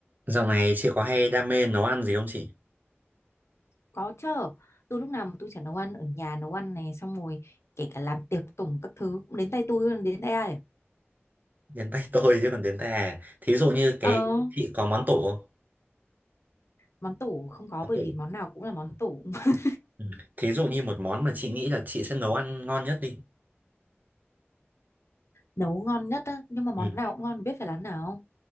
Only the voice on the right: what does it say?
Dạo này chị có hay đam mê nấu ăn gì không chị?
Đến tay tôi chứ còn đến tay à. Thí dụ như cái
chị có món tủ không?
Món
tủ.
Ừ. Thí dụ như một món mà chị nghĩ là chị sẽ nấu ăn ngon nhất đi.
Ừ.